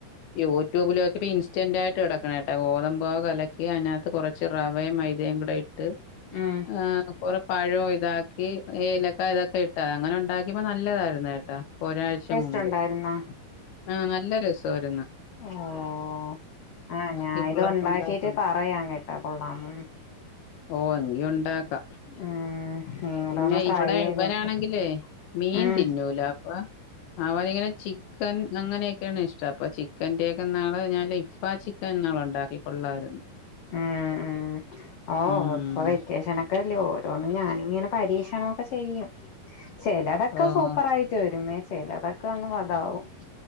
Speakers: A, on the left; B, on the left.
A: യൂട്യൂബിലൊക്കെപ്പ ഇൻസ്റ്റന്റ് ആയിട്ട് കിടക്കണേട്ടാ ഗോതമ്പോ കലക്കി അയ്നാത്ത് കൊറ ച്ച് റവയും മൈദയും കൂടെയി ട്ട്
B: ഉം
A: ഏഹ് കുറെ പഴോ ഇതാക്കി ഏലക്ക ഇതൊക്കെ ഇ അങ്ങനെ ഉണ്ടാക്കിയ്പ നല്ലതായിരുന്നു കേട്ടാ ഒരാഴ്ച മുമ്പ്.
B: ട്ടുണ്ടായിരുന്ന
A: ആഹ് നല്ല രസാരുന്നു
B: ഓഹ് ആഹ് ഞാഇത്
A: ഈ പിള്ളേർക്ക്
B: ഉണ്ടാക്കീട്ട്
A: ഉണ്ടാക്കി കൊടുക്കും.
B: പറയാൻ കേട്ടാ കൊള്ളാമോന്ന്
A: ഓഹ് എങ്കി ഉണ്ടാക്ക
B: ഉം നീ കൂടെ
A: പിന്നെ
B: ഒന്ന് ട്രൈ
A: ഇവിടെ
B: ചെയ്ത്
A: ഇവരാണെങ്കിലേ
B: നോക്ക്
A: മീൻ
B: ഉം
A: തിന്നൂല അപ്പ അവനിങ്ങനെ ചിക്കൻ അങ്ങനെയൊക്കെയാണ് ഇഷ്ടം അപ്പൊ ചിക്കന്റെയൊക്കെ ന്നാളെ ഞാ ലെയ് ഇഫാചിക്കൻ ന്നാളുണ്ടാക്കി കൊള്ളായ്രുന്നു
B: ആഹ് ഉം ഓഹ്
A: ഉം.
B: ഇപ്പൊ വെക്കേഷന ത്തല്യോ ഓരോന്ന് ഞാനിങ്ങനെ പരീക്ഷണോക്കെ ചെയ്യും. ചെലതൊക്കെ
A: ഓഹ്
B: സൂപ്പർ ആയിട്ട് വരുന്നേ ചിലതൊക്കെ ഒന്ന് അതാവും